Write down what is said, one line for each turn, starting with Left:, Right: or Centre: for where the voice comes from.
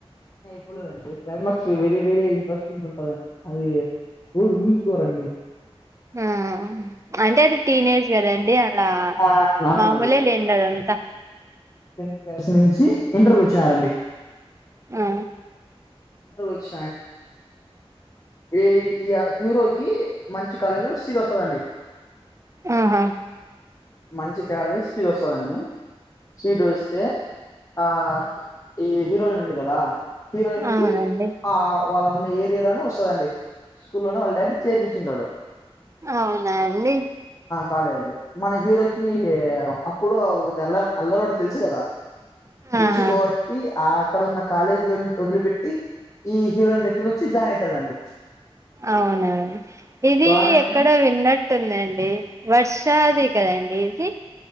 Left: ఐపోలేదండి క్లైమాక్స్ వెరీ వెరీ ఇంట్రెస్టింగ్ ఉంటుదండి అది ఎవరు ఊహించుకోరండి
Right: ఆ అంటే అది టీనేజ్ కదండి అలా
Left: ఆ
Right: మామూలే
Left: నుండి ఇప్పుడు
Right: లేండి అదంతా
Left: టెన్త్ క్లాస్ నుంచి ఇంటర్వ్యూ వచ్చినారండి
Right: ఆ
Left: వచ్చ ఈ హీరోకి మంచి కాలేజీలో సీట్ వస్తదండి
Right: ఆహా
Left: మంచి కాలేజీలో సీట్ వస్తదండి సీట్ వస్తే ఆ ఈ హీరోయిన్ ఉంది కదా హీరోయిన్
Right: అవునండి
Left: కి ఆ వాళ్ళ ఉన్న ఏరియాలోనే వస్తదండి స్కూల్లోనే వాళ్ళ డాడీ చేర్పించూంటాడు
Right: అవునా అండి
Left: కాలేజు మన హీరోకి అప్పుడు ఒక తెల్లరు అల్లరోడు తెలుసు కదా తెలుసు
Right: ఆహా
Left: కాబట్టి ఆ అక్కడ ఉన్న కాలేజ్ వదిలిపెట్టి ఈ హీరోయిన్ దగ్గరకి వచ్చి జాయిన్ అయితాడండి
Right: అవునండి ఇది
Left: జాయిన్ అయి
Right: ఎక్కడో విన్నట్టు ఉందండి బస్ చ అదే కదండి కీ